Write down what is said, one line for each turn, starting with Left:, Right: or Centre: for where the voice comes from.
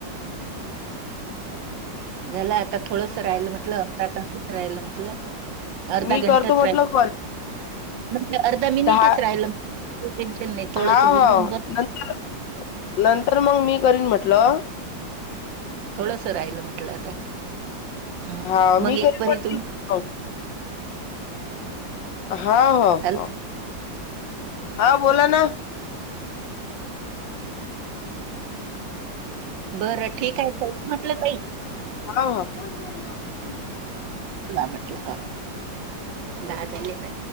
Right: <unintelligible> झालं आता थोडस राहिल म्हटल आताच राहिल म्हंटलं अर्धा
Left: मी करतो
Right: घंटाच
Left: म्हटलं
Right: राय
Left: कॉल
Right: म्हण अर्धा मिनिटच
Left: दहा
Right: राहिलं टेन्शन नाही थोडं
Left: हा हा
Right: ब ब
Left: नंतर नंतर मग मी करीन म्हटलं
Right: थोडस राहिलं म्हटलं आता <unintelligible> ह
Left: हा
Right: मग
Left: मी करीन
Right: एक परी
Left: म्हटलं
Right: तु
Left: हा हो
Right: हॅलो
Left: हो हा बोला ना,
Right: बरं ठीक आहे ठेवते म्हटलं ताई.
Left: <unintelligible>
Right: बा म्हटलं ह दहा जनीला.